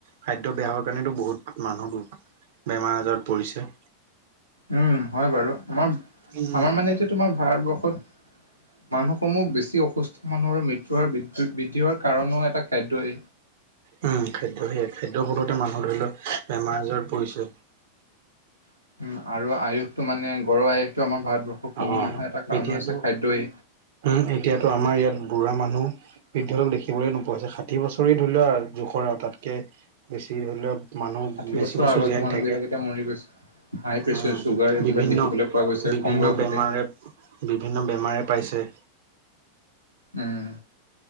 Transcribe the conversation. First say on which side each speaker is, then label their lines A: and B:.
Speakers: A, on the right; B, on the right.
A: খাদ্য বেয়া হোৱাৰ কাৰণেতো বহুত মানুহ বেমাৰ আজাৰত পৰিছে
B: উম হয় বাৰু আমাৰ
A: উম
B: আমাৰ মানে এতিয়া তোমাৰ ভাৰতবৰ্ষত মানুহসমূহ বেছি অসুস্থ মানুহৰ মৃত্যু হোৱাৰ বৃদ্ধি বৃদ্ধি হোৱাৰ কাৰণও এটা খাদ্যই
A: উম খাদ্য সেয়াই খাদ্য ফলতে মানুহ ধৰি লওক বেমাৰ আজাৰ পৰিছে
B: উম, আৰু আয়ুসটো মানে গড়ৰ আয়ুসটো আমাৰ ভাৰতবৰ্ষত কমি
A: অ
B: অহা এটা কাৰণ
A: এতিয়াতো
B: হৈছে খাদ্যই।
A: উম এতিয়াতো আমাৰ ইয়াত বুঢ়া মানুহ বৃদ্ধ লোক দেখিবলৈ নোপোৱা হৈছে ষাঠি বছৰে ধৰি লোৱা জোখৰ আৰু তাতকে বেছি ধৰি লওক মানুহ
B: ষাঠি
A: বেছি বছৰ
B: আগতো
A: জীয়াই
B: মানুহবিলাক
A: নাথাকে
B: এতিয়া মৰি গৈছে। হাই প্ৰেছাৰ,
A: উম
B: চুগাৰ এইবিলাক
A: বিভিন্ন
B: দেখিবলৈ পোৱা গৈছে
A: বিভিন্ন
B: কম বয়সতে।
A: বেমাৰে বিভিন্ন বেমাৰে পাইছে
B: উম